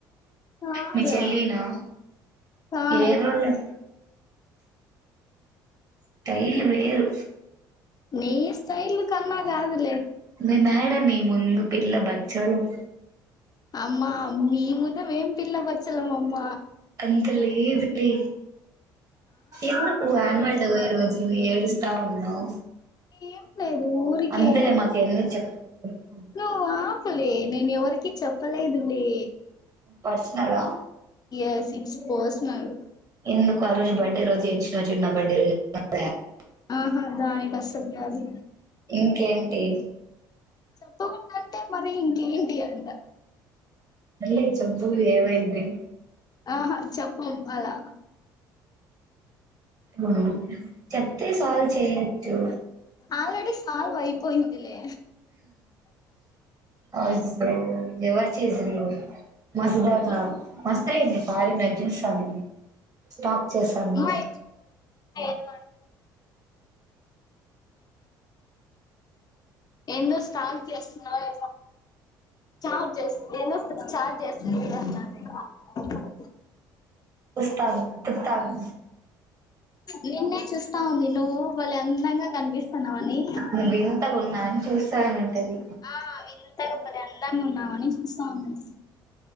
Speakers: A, on the left (about 40°); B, on the right (about 35°).
A: కాదు
B: మీ చెల్లినా
A: కాదు
B: ఏదోలే స్టైల్ వేరు
A: నీ స్టైల్ కన్నా కాదులే
B: మేము యాడ నీ ముందు పిల్ల బచ్చాలాం
A: అమ్మా అమ్మీ నీ ముందు మేం పిల్లబచ్చలంమ్మ
B: అంత లేదులే ఎందుకు ఆన్వల్ డే పోయ రోజు ఏడుస్తా ఉన్నావు
A: ఏంలేదు ఊరికే
B: అంతలే మాకు ఎందుకు చెప్తావు చెప్పు.
A: నువ్వు ఆపలే నేను ఎవరికి చెప్ప లేదులే
B: పర్సనలా
A: ఎస్ ఇట్స్ పర్సనల్
B: ఎందుకు ఆ రోజు బర్త్డే రోజు ఏడిచినావ్ చూడు నా బర్త్డే <unintelligible>
A: ఆహా దానికి అసలు కాదు
B: ఇంకేంటి
A: చెప్పకుండ అంటే మరి ఇంకేంటి అంట
B: సర్లే చెప్పు ఏమైంది
A: అ హా చెప్పము అలా
B: ఉహు చెప్తే సాల్వ్ చేయచ్చు
A: ఆల్రెడీ సాల్వ్ అయిపోయిందిలే
B: అయ్యో ఎవరు చేసిండ్రు మాసుదాక మస్తయింది
A: వస్తే
B: సారికి నన్ను చూస్తాంది స్టాక్ చేస్తాంది
A: అమ్మాయి ఏదో ఆన్ ఏందో స్టార్ట్ చేస్తున్నావేమో చాట్ చేస్త ఏందో చార్ట్ చేస్తన అంటాంది అక్క
B: ఉస్తాన్ చెప్తాన్
A: నిన్నే చూస్తా ఉంది నువ్వు బలే అందంగా కనిపిస్తన్నావని
B: నువ్వు వింతగా ఉన్నా అని చూస్తాను ఉంటది
A: ఆ వింతగా బలే అందంగా ఉన్నావని చూస్తా ఉంది